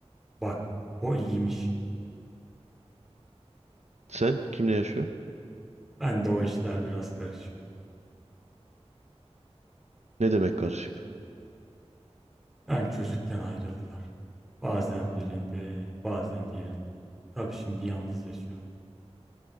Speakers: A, in the centre; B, on the right.
A: Bak, o iyiymiş.
B: Sen kimle yaşıyorsun?
A: Ben de o işler biraz karışık.
B: Ne demek karışık?
A: Ben çocukken ayrıldılar. Bazen birinde, bazen diğerinde. Tabii şimdi yalnız yaşıyorum.